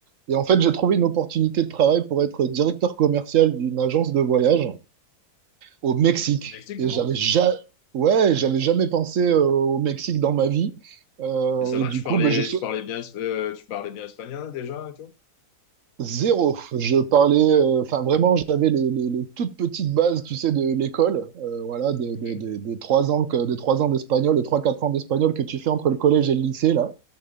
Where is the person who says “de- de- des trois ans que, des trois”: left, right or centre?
Right